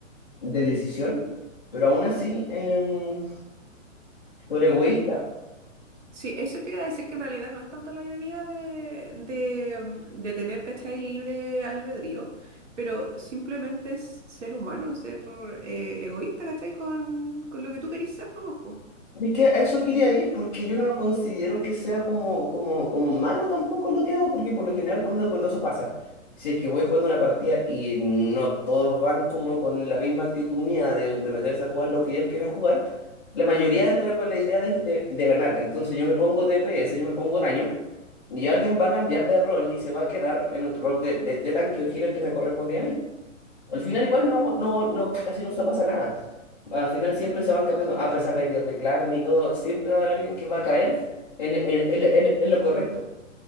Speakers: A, on the left; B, on the right.
A: de decisión, pero aún así, eh, por egoísta.
B: Sí, eso te iba a decir que en realidad no es tanto la ironía de, de, mm, de tener, ¿cachai? libre albedrío, pero simplemente es ser humano, ser eh, egoísta, ¿cachai? Con, con lo que tú querís ser, ¿no? Po.
A: Es que a eso quería ir porque yo no considero que sea como, como, como malo tampoco lo que hago, porque por lo general cuando, cuando eso pasa, si es que voy jugando una partida y no todos van como con la misma actitud mía de, de meterse a jugar lo que ellos quieren jugar, la mayoría
B: Ujú.
A: entra con la idea de, de, de ganar. Entonces yo me pongo DPS, yo me pongo daño y alguien va a cambiar de rol y se va a quedar en el rol de, de, de tanque o healer que me correspondía a mí. Al final igual no, no, no, casi nunca pasa nada. Al final siempre se van cambiando, a pesar de que reclamen y todo, siempre va a haber alguien que va a caer en, en- en- en- en lo correcto,